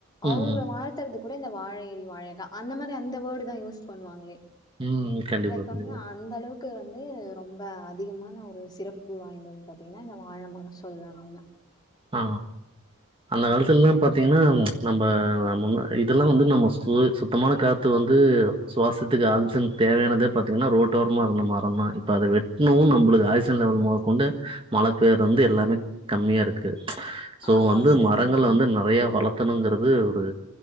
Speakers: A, on the right; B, on the left.
A: ம்
B: அவுங்கள
A: ம்
B: வாழ்த்தறது கூட இந்த வாழையடி வாழையதா அந்த மாரி அந்த வேர்டு தா யூஸ் பண்ணுவாங்களே
A: ம் கண்டிப்பா
B: லைக்
A: கண்டிப்பா
B: வந்து அந்த அளவுக்கு வந்து ரொம்ப அதிகமான ஒரு சிறப் பு வாய்ந்ததுனு பாத்தீங்கனா இந்த வாழமரோ சொல்லலா நம்ம
A: ஆ அந்த காலத்துலல்லா பாத்தீங்கன்னா நம்ம முன் இதெல்லா வந்து நம்ம சு சுத்தமான காத் து வந்து சுவாசத்துக்கு ஆக்சிஜன் தேவையானதே பாத்தீங்கன்னா ரோட்டோரமா இருந்த மரந் தா இப்ப அத வெட் இன்னு நம்மளுக்கு ஆக்சிஜன் லெவல் மொத கொண்டு மழ பெய்றலிருந்து எல்லாமே கம்மியா இரு க்கு சோ
B: ஆமா
A: வந்து
B: சார்
A: மரங்கள வந்து நெறையா வள த்தணுங்கிறது ஒரு